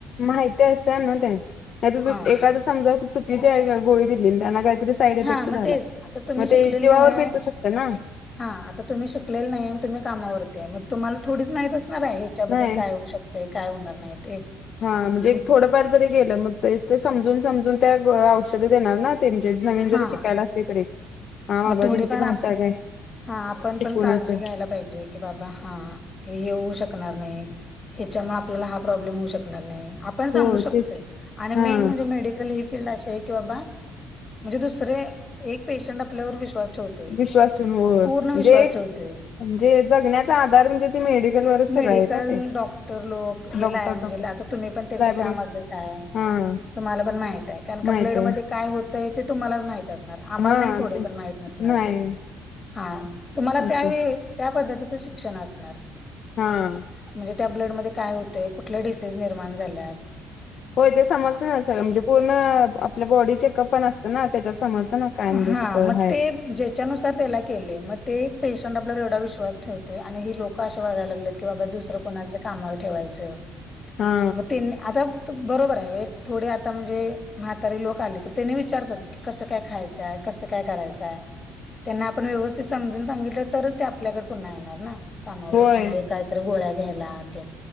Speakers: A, on the left; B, on the left.
A: माहिती असते ना ते नाहीत चू
B: हा
A: एखाद समजा चुकीची गोळी दिली त्यांना काहीतरीस साईड
B: हा
A: इफेक्ट
B: मग
A: झाला
B: तेच आता तुम्ही
A: मग
B: शिकलेलं
A: ते जीवावर
B: नाही आहे,
A: बेतू शकत ना.
B: हा आता तुम्ही शिकलेल नाही आण तुम्ही कामावरती आहे मग तुम्हाला थोडीच माहित असणार आहे हे च्याबद्दल
A: नाही
B: काय होऊ शकतय काय होणार नाही ते.
A: हा म्हणजे एक
B: मग
A: थोडंफार जरी गेलं मग ते ते समजून समजून त्या गो औषधे देणार ना. त्यांचे नवीन जरी
B: हा
A: शिकायला असले तरी हा बाबा
B: मग थोडेफार
A: त्यांची भाषा
B: आपण
A: काय?
B: हा आपण
A: शिकून
B: पण काळजी
A: असं
B: घ्यायला पाहिजे की बाबा हा! हे येऊ शकणार नाही ह्याच्यामुळे आपल्याला हा प्रॉब्लेम होऊ शकणार नाही आप. पन सांगू
A: हो
B: शकतोय
A: तेच की
B: आणि
A: हा
B: मेन म्हणजे मेडी चाल ही फीलल्ड अशी आहे की बाबा म्हणजे दुसरे एक पेशंट आपल्यावर विश्वास ठेव तोय
A: विश्वास ठेवून होय
B: पूर्ण
A: म्हणजे
B: विश्वास
A: एक
B: ठेवतोय.
A: म्हणजे जगण्याचा आधार म्हणजे ते मेडिकल वरच सगळं
B: मेडिकल
A: आहे ना ते
B: डॉक्टर लोक हे
A: डॉक्टर
B: लाय म्हणजे
A: डॉक्टर
B: ल्या आतां तुम्ही पण त्याच्या
A: साहेबरोबर
B: त्यामधलच आहे,
A: हा
B: तुम्हाला पण माहित आहे, कारण का
A: माहित
B: ब्लड
A: आहे
B: मधे काय हो तय ते तुम्हाला माहीत असणार आम्हाला
A: हा
B: नाही थोडे
A: ते
B: माहित असणार
A: नाही
B: ते हा तुम्हाला
A: असं
B: त्या वेळी. त्या पद्धतीच शिक्षण असणार.
A: हा!
B: म्हणजे त्या ब्लडमध्ये काय होतंय, कुठल्या डिसीज निर्माण झाल्या.
A: होय ते समजत ना सगळ म्हणजे पूर्ण आपल्या बॉडी चेकअप पण असतं ना त्याच्यात समजत ना. काय म्हणजे
B: हा
A: कुठं
B: मग
A: आहे
B: ते ज्याच्यानुसार त्याला केलेय मग ते एक पेशंट आपल्यावर एवढा विश्वास ठेव तोय आणि हे लोक असे वागायला लागलेत की बाबा दुसरं कोणाला तरी कामावर ठेवायचं.
A: हा
B: म तेन आता. त बरोबर आहे व्हय थोडे आता म्हणजे म्हातारे लोक आले, तर त्याने विचारतात की कसं काय खाय चं आहे कसं काय करायचंय आहे. त्यांना आपण व्यवस्थित समजून सांगितलं, तरच ते आपल्याकडे पुन्हा येणार ना. कामावर
A: होय
B: म्हणजे काहीतरी गोळ्या घ्यायला ते.